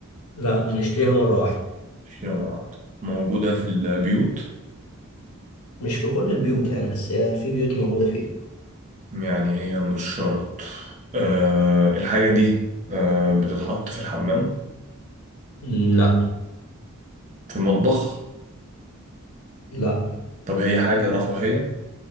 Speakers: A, on the left (about 85°); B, on the right (about 35°).
A: لا بنشتريها مرة واحدة
B: تشتريها مرة واحدة موجودة في البيوت
A: مش في كل البيوت يعني بس هي في بيوت موجودة فيها
B: يعني هي مش شرط أه الحاجة دي أه بتتحط في الحمام
A: لا
B: في المطبخ
A: لا
B: طب هي حاجة رفاهية